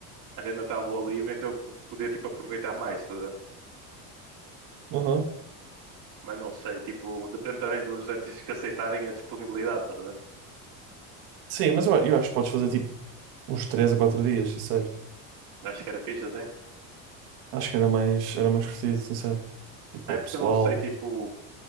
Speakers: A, on the right (about 45°); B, on the right (about 85°).
A: arena estava livre, então eu po- podia tipo aproveitar mais, tá? a ver?
B: Uhum.
A: Mas não sei, tipo, depende também dos artistas que aceitarem a disponibilidade, tá? a ver?
B: Sim, mas eu, eu acho que podes fazer tipo uns 3 a 4 dias, sincero.
A: Acho que era fixe assim.
B: Acho que era mais, era mais curtido, sincero. Tipo,
A: É
B: ao
A: porque
B: pessoal.
A: eu não sei, tipo,